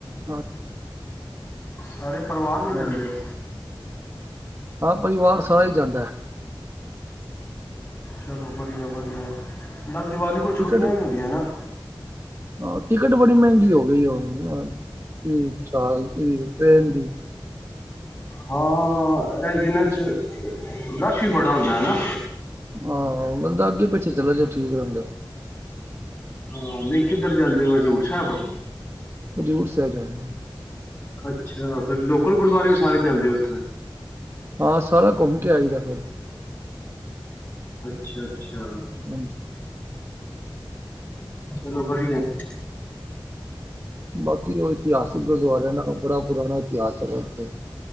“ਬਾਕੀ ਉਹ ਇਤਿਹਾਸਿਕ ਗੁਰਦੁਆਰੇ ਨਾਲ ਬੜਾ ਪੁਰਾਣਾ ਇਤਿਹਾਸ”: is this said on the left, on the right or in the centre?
Right